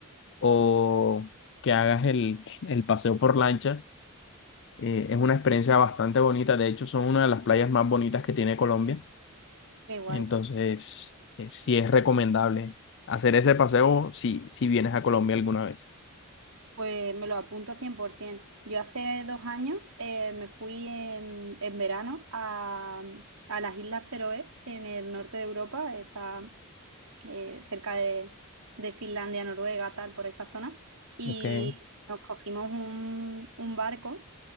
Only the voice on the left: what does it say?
o que hagas el, el paseo por lancha Eh, es una experiencia bastante bonita. De hecho, son una de las playas más bonitas que tiene Colombia.
Entonces, eh, sí es recomendable hacer ese paseo si, si vienes a Colombia alguna vez.
Ok.